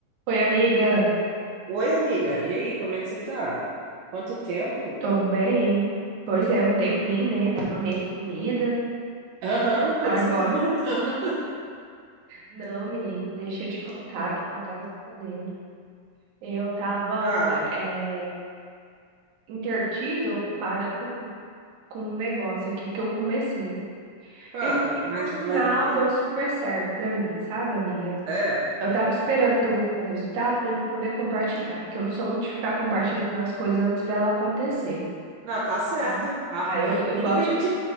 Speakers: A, on the right; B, on the right.
A: Oi, amiga.
B: Oi, amiga. E aí, como é que você tá? Quanto tempo?
A: Tô bem. Pois é, um tempinho, né? Tava meio sumida.
B: Aham, por
A: Agora.
B: isso que eu tô perguntando. <laughs>
A: Não, menina, deixa eu te contar o que que eu tava fazendo. Eu tava
B: Fala,
A: é, entretida, ocupada com, com um negócio aqui que eu comecei.
B: fala.
A: E que,
B: Mas,
A: por sinal,
B: mas é o quê?
A: deu super certo pra mim, sabe, amiga?
B: É.
A: Eu tava esperando ter um bom resultado pra mim poder compartilhar, que eu não sou muito de ficar compartilhando as coisas antes dela acontecer,
B: Não, tá certo.
A: tá?
B: Ah,
A: Aí eu, eu
B: tudo
A: gosto
B: que a gente.